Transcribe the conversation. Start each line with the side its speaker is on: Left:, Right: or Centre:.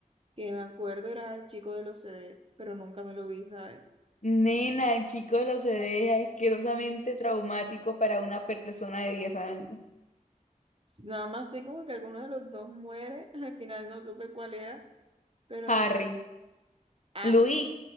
Right: que me acuerdo era el chico de los CDs, pero nunca me lo vi, ¿sabes?
Left: Nena, el chico de los CDs
Right: Ya.
Left: es asquerosamente traumático para una persona de 10 años.
Right: Nada más sé como que alguno de los dos muere, <laughs> al final no supe cuál era. Pero,
Left: Harry.
Right: ah,
Left: Luis.